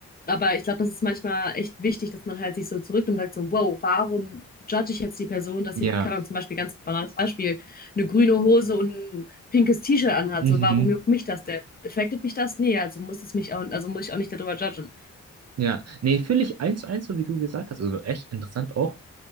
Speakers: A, on the left (about 25°); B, on the right (about 50°).
A: Aber ich glaube, das ist manchmal echt wichtig, dass man halt sich so zurücknimmt und sagt so, wow, warum judge ich jetzt die Person, dass
B: Ja,
A: sie, keine Ahnung, zum Beispiel ganz banales Beispiel, eine grüne Hose und ein pinkes T-Shirt anhat.
B: Mhm.
A: So, warum juckt mich das denn? Affectet mich das? Nee, also muss es mich auch, also muss ich auch nicht darüber judgen.
B: Ja, nee, fühle ich eins zu eins, so wie du gesagt hast. Also echt interessant auch.